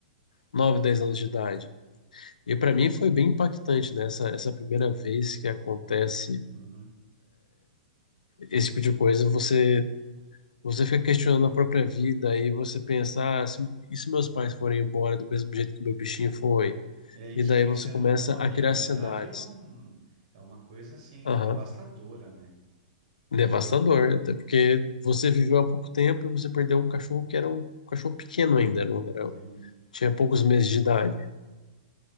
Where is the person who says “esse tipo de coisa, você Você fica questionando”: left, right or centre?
Left